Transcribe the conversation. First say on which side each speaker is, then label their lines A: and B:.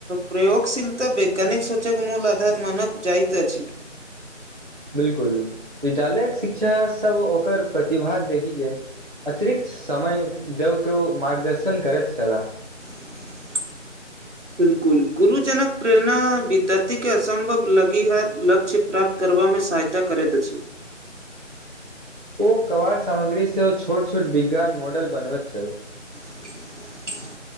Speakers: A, on the right; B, on the right.
A: प्रयोगशीलता वैज्ञानिक सूचक मूल आधार मानव जाइत अछि
B: बिलकुल विद्यालयक शिक्षासभ ओकर प्रतिभा देखि के अतिरिक्त समय देव के मार्गदर्शन करैत छलाह
A: <inaudible> बिलकुल गुरुजनक प्रेरणा विद्यारथी के असम्भव लगी है लक्ष्य प्राप्त करबामे सहायता करैत अछि
B: ओ कवाड़ सामग्री सेहो छोट छोट विज्ञान मॉडल बनबैत छल
A: <unintelligible>